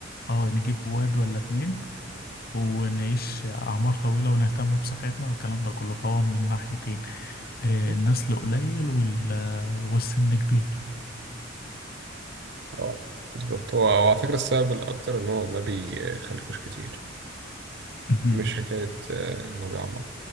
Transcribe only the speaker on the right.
<laughs>
اه بالظبط هو هو على فكرة السبب الأكتر إن هو ما بيخلفوش كتير
مش حكاية آه، إن هو بيعمر